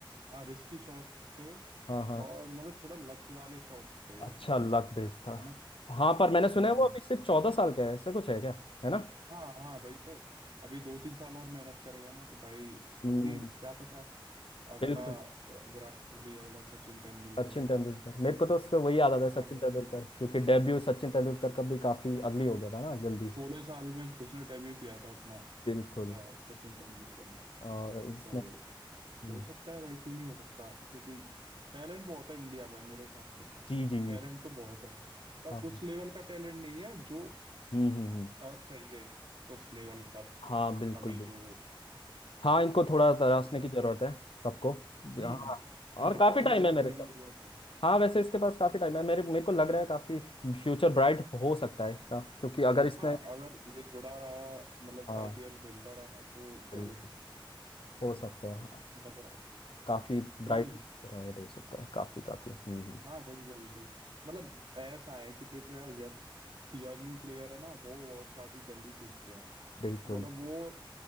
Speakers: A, on the right; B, on the left.
A: हाँ रिस्की शॉट्स थे
B: हाँ हाँ
A: और मतलब थोड़ा लक वाले शॉट्स थे
B: अच्छा
A: उसमें है
B: लक बेस था
A: ना
B: हाँ पर मैंने सुना
A: हम्म
B: है वो अभी सिर्फ चौदह साल का है ऐसा कुछ है क्या है ना
A: हाँ हाँ भाई तो अभी दो तीन साल और मेहनत करेगा ना तो भाई
B: हम्म
A: वो भी क्या पता अगला
B: बिल्कुल
A: अ, विराट कोहली अगला सचिन तेंदुलकर
B: सचिन तेंदुलकर मेरे को तो उसका वही याद आता है
A: हाँ
B: सचिन
A: भाई
B: तेंदुलकर क्योंकि डेब्यू सचिन तेंदुलकर का भी काफी अर्ली हो गया था ना जल्दी
A: सोलह साल में उसने डेब्यू किया था अपना
B: बिल्कुल
A: अ, सचिन तेंदुलकर ने
B: और इसने
A: तो
B: हम्म,
A: हो सकता है भाई क्यों नहीं हो सकता क्योंकि टैलेंट बहुत है इंडिया में मेरे हिसाब से
B: जी जी जी
A: टैलेंट तो बहुत है पर
B: हाँ हम्म
A: उस लेवल का टैलेंट नहीं है जो
B: हम्म हम्म।
A: अ, चाहिए उस लेवल पर
B: हाँ बिल्कुल
A: अभी
B: बिल्कुल
A: जो
B: हाँ इनको थोड़ा तराशने
A: सब
B: की जरूरत है सबको
A: हम्म
B: हाँ और
A: इनको
B: काफी
A: पॉलिश
B: टाइम है
A: करने
B: मेरे साथ
A: की जरूरत है
B: हाँ वैसे इसके पास काफी टाइम है मेरे मेरे को लग रहा है काफी फ्यूचर ब्राइट हो सकता है इसका क्योंकि अगर इसने
A: हाँ अगर ये जुड़ा रहा मतलब
B: हाँ
A: आईपीएल खेलता रहा तो
B: बिल्कुल
A: जरूर
B: हो सकता है हाँ,
A: लग रहा है
B: काफी ब्राइट
A: क्यों नहीं
B: ब्राइट हो सकता है काफी काफी हम्म हम्म,
A: हाँ वही वही वही मतलब ऐसा है कि देखो यार यंग यंग प्लेयर है ना वो बहुत काफी जल्दी सीखते हैं
B: बिल्कुल
A: मतलब वो